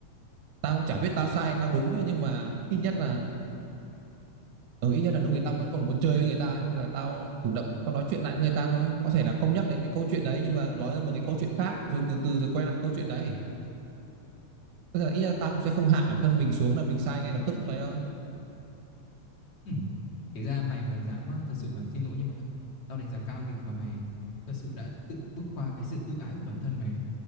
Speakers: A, on the right; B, on the left.
A: tao cũng chả biết tao sai tao đúng nữa nhưng mà ít nhất là ừ, ít nhất là lúc ấy tao vẫn còn muốn chơi với người ta ấy. Thế là tao chủ động tao nói chuyện lại với người ta thôi có thể là không nhắc đến cái câu chuyện đấy nhưng mà nói ra một cái câu chuyện khác rồi từ từ rồi quay lại câu chuyện đấy tức là ít nhất là tao cũng sẽ không hạ bản thân mình xuống là mình sai ngay lập tức lúc đấy đâu
B: Ừ. Kể ra mày mà dám ờ, thật sự mà xin lỗi như vậy á, tao đánh giá cao việc mà mày thật sự đã tự bước qua cái sự tự ái của bản thân mày đấy.